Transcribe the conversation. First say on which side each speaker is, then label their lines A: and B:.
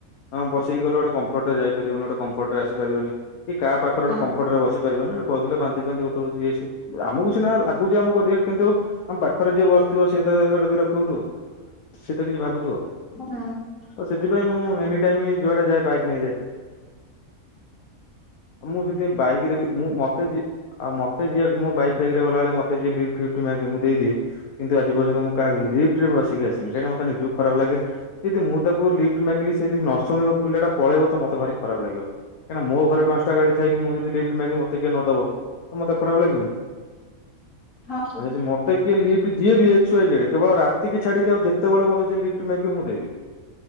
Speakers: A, on the left; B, on the left.
A: ହଁ ବସିକି ଗଲେ ଗୋଟେ କମ୍ଫର୍ଟ ଯାଇ ଗେଟରେ ଆସିପାରିବନି। କି କା ପାଖ ଗ
B: ହଁ
A: ହପଟରେ ବସି ପାରିବନି। ବସିଲେ ବାନ୍ତି ଫାନ୍ତି ଗୋଟେ ଇଏ। ଆମକୁ ସିନା ଲାଗୁଛି ଆମକୁ, କିନ୍ତୁ ଆମ ପାଖରେ ଯିଏ ବସିଥିବ, ସିଏ ତ ଗୋଟେ ବିରକ୍ତ ହଉଥିବ। ସେଏ ତ କିଛି ଭାବୁଥିବ।
B: ହଁ।
A: ଆଉ ସେଥିପାଇଁ ମୁଁ ଏନି ଟାଇମ୍ ଯୁଆଡ଼େ ଯାଏ ବାଇକ୍ ନେଇଯାଏ। ମୁଁ ସେଥିପାଇଁ ବାଇକ୍ ରେ ବି ମୁଁ ମତେ ବି ଆଉ ମତେ ଯିଏ ମୁଁ ବାଇକୂ ଫାଇକ୍ ରେ ଗଲାଅଳେ ମତେ ଯିଏ ଲିପ୍ଟ ଫିପ୍ଟ ମାଗେ ମୁଁ ଦେଇ ଦିଏ କିନ୍ତୁ ଆଜି ପର୍ଯ୍ୟନ୍ତ ମୁଁ କାହା ଲିପ୍ଟରେ ବସିକି ଆସିିନି। କାହିଁକି ନା ମତେ ନିଜକୁ ଖରାପ ଲାଗେ। ଯଦି ମୁଁ ତାକୁ ଲିଫ୍ଟ ମାଗିଲି ସେ ଯଦି ନ ଶୁଣିବ, ପିଲାଟା ପଳେଇବ‌ ତ ମତେ ଭାରି ଖରାପ ଲାଗିବ। କାହିଁ ନା ମୋ ଘରେ ପାଁଶଟା ଗାଡ଼ି ଥାଇକି ମୁଁ ଯଦି ଲିଫ୍ଟ ମାଗିବି, ମୋତେ କିଏ ନଦବ ତ ମୋତେ ଖରାପ ଲାଗିବନି?
B: ହଁ
A: ଆଉ ଯଦି ମତେ କିଏ ଲିପ୍ଟ ଦିଏ ବି ଏକ୍ସ ୱାଇ ଜେଡ଼୍ କେବଳ ରା ତିିକି ଛାଡ଼ିକି ଆଉ ଯେତବେଳେ ମତେ ଯିଏ ଲିପ୍ଟ ମାଗିବ ମୁଁ ଦେବି।